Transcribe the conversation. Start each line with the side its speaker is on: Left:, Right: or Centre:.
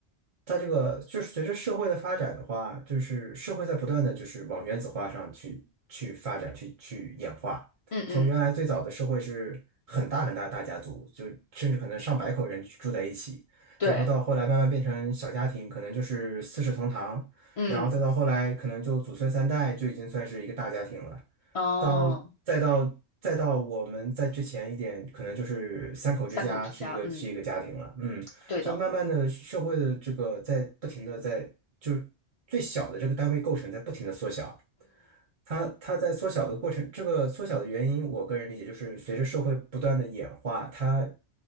Right: 它这个就是随着社会的发展的话，就是社会在不断的就是往原子化上去去发展，去去演化。
Left: 嗯嗯，
Right: 从原来最早的社会是很大很大的大家族，就甚至可能上百口人住在一起，
Left: 对，
Right: 然后到后来慢慢变成小家庭，可能就是四世同堂。
Left: 嗯
Right: 然后再到后来可能就祖孙三代就已经算是一个大家庭了，
Left: 哦，
Right: 到再到再到我们在之前一点，可能就是三口之家是一个是一个家庭了，
Left: 三口之家，嗯，
Right: 嗯。
Left: 对的，
Right: 就慢慢的社会的这个在不停的在就是最小的这个单位构成在不停的缩小，它它在缩小的过程，这个缩小的原因，我个人理解就是随着社会不断的演化，它